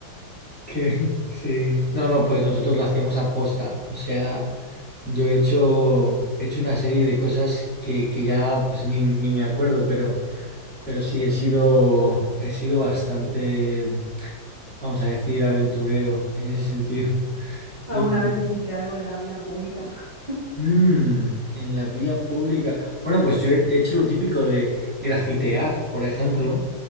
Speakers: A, in the centre; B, on the right (about 20°).
A: que sí. No, no, pues nosotros lo hacíamos a posta. O sea, yo he hecho, he hecho una serie de cosas que, que ya pues ni, ni me acuerdo, pero, pero sí, he sido, he sido bastante, vamos a decir, aventurero en ese sentido. <laughs>
B: ¿Alguna
A: Y,
B: vez hiciste algo en la vía pública? <laughs>
A: Mm, en la vía pública. Bueno, pues yo he hecho lo típico de grafitear, por ejemplo,